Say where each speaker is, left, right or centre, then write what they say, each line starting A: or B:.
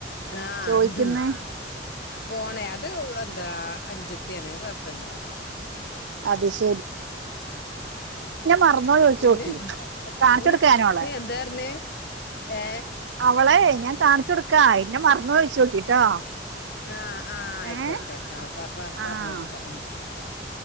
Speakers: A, on the left (about 60°); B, on the right (about 80°).
A: ആഹ്
B: ചോയിക്കുന്നെ
A: പോണെ അത് എന്താ അനുജ ത്തിയാണ് അത് കുഴപ്പമില്ല
B: അത് ശ മറന്നോ ചോയിച്ചോക്കി
A: പിന്നേ <unintelligible>
B: കാണിച്ചു കൊടുക്കാ ഞാനോളെ
A: എന്താ പറഞ്ഞേ ഏ
B: അവളെയ് ഞാൻ കാണിച്ചോട്ക്കാ ഇന്നെ മറന്നോ ചോയിച്ചോക്കിട്ടോ
A: ആഹ് ആഹ് അയിക്കോട്ടെ
B: ഏഹ്
A: ആഹ് പ പ പറഞ്ഞെടുക്കാം
B: ആഹ്
A: ഉം